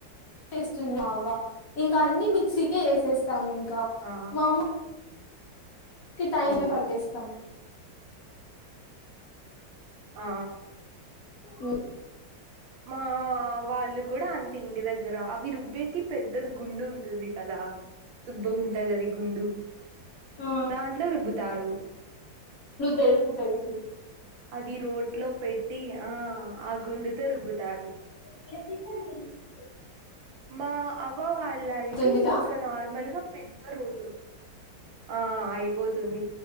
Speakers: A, on the left; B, on the right.
A: వేస్తుంది అవ్వ ఇంకా అన్ని మిక్సీకే యేసేస్త ఇస్తాం ఇంకా
B: ఆ
A: మా అమ్మ టైమే
B: ఓ
A: పట్టేస్తాం
B: ఆ
A: ఉ
B: మా వాళ్ళు కూడా అంత ఇంటి దగ్గర అవి రుబ్బేకి పెద్దది గుండు ఉంటుంది కదా దుబ్బగుంటదది గుండు
A: ఆ
B: దాంట్లో రుబ్బు తారు
A: తెలుసు తెలుసు
B: అది రోట్ లో పెట్టి ఆ ఆ గుండుతో రుబ్బుతారు
A: <inaudible>
B: మా అ అవ్వ వాళ్ళ ఇది
A: తుందికా
B: ఇంకా నార్మల్ గా పెద్ద రోలు ఆ అయిపోతుంది